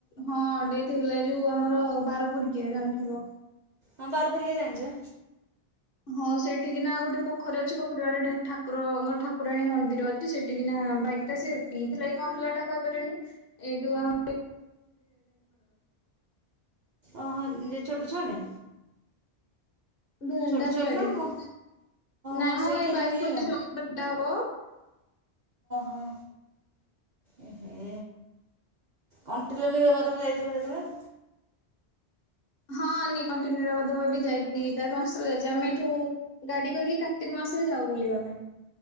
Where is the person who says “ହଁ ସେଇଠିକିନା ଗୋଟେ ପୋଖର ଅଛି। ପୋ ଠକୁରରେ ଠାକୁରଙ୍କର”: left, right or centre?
Left